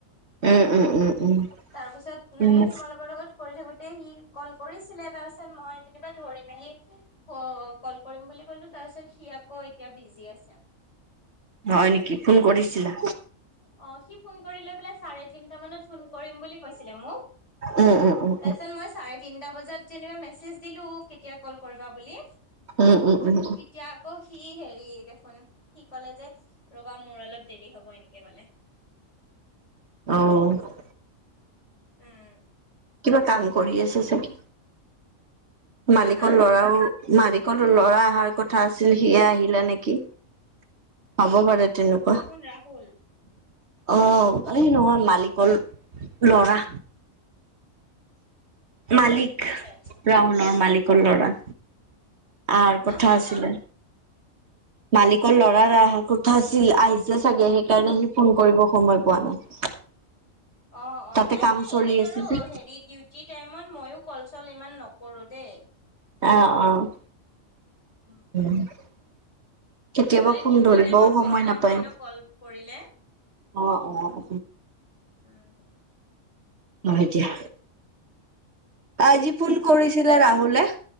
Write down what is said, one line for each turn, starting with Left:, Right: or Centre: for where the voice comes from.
Right: উম উম উম উম
Left: তাৰপিছত ন
Right: উম
Left: তোমালোকৰ লগত কৰি থাকোতে সি কল। কৰিছিলে তাৰ পিছত মই যেনেকুৱা ধৰি মেলি অ, কল কৰিম বুলি কলো। তাৰ পিছত সি আকৌ এতিয়া বিজি আছে।
Right: হয় নেকি ফোন কৰিছিলা।
Left: অ, সি ফোন কৰিলে বুলে চাৰে তিন টা মানত ফোন কৰিম বুলি কৈছিলে মই
Right: উম
Left: তাচত
Right: উম উম
Left: মই চাৰে তিনটা তিনটা বজাত যেনিবা মেছেজ দিলো কেতিয়া কল কৰিবা বুলি?
Right: উম -উম - উম।
Left: এতিয়া আকৌ সি হেৰি দেখোন সি কলে যে ৰবা মোৰ অলপ দেৰি হব এনেকে কলে।
Right: অ',
Left: উম,
Right: কিবা কাম কৰি আছে চাগে
Left: হা
Right: মালিকৰ
Left: হা
Right: ল'ৰাও মালিকো ল'ৰা অহাৰ কথা আছিল সিয়ে আহিলে নেকি হ'ব পাৰে।
Left: কোন
Right: তেনেকুৱা।
Left: কোন ৰাহুল
Right: অ, এই নহয় মালিকৰ লৰা মালিক
Left: আচ্ছা আচ্ছা
Right: ৰাহুলৰ মালিকৰ ল'ৰা। আহাৰ
Left: হা
Right: কথা
Left: হা
Right: আছিলে।
Left: হা
Right: মালিকৰ ল'ৰাৰ কথা আছিল আহিছে চাগে সেইকাৰণে সি ফোন কৰিব সময় পোৱা নাই।
Left: অহ', অহ',
Right: তাতে
Left: নাই-
Right: কাম
Left: নাই
Right: চলি
Left: এনেই বাৰু
Right: আছে যে,
Left: হেৰি ডিউটি ডিউটি টাইমত ময়ো কল চল ইমান নকৰো দেই।
Right: অহ ', অহ',
Left: উম,
Right: <unintelligible> কেতিয়াবা
Left: মানে
Right: ফোন
Left: ডিউটি
Right: ধৰিবও
Left: টাইমত
Right: সময়
Left: প্ৰব্লেম
Right: নাপায়
Left: হয় ন
Right: অহ',
Left: কল কৰিলে
Right: অহ',
Left: উম, হুম।
Right: হয় দিয়া আজি ফোন কৰিছিলে ৰাহুলে।